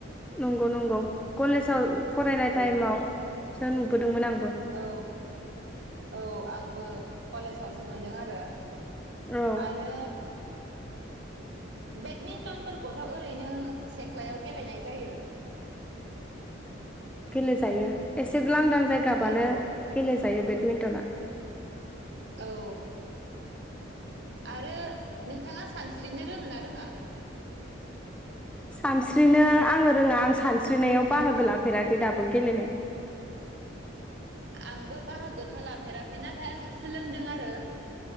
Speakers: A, in the centre; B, on the right (about 60°).
A: नंगौ नंगौ कलेजाव फरायनाय
B: औ
A: टाइमाव सो नुबोदोंमोन आं
B: औ औ आंबो कलेजावसो नुदों आरो
A: औ
B: आरो बेडमिन्टनफोरखौथ' ओरैनो सेख्लायाव गेलेनाय जायो
A: गेलेेजायो एसे लांदां जायगाबानो
B: औ
A: गेलेजायो बे मिन्टना
B: अ आरो नोंथाङा सानस्रिनो रोङो ना रोङा
A: सानस्रिनो आङो रोङा आं सानस्रिनायाव बाहागो लाफेराखै दाबो गेलेनाया
B: आंबो बाहागो <unintelligible> जााफेराखै नाथाय आं सोलोंदों आरो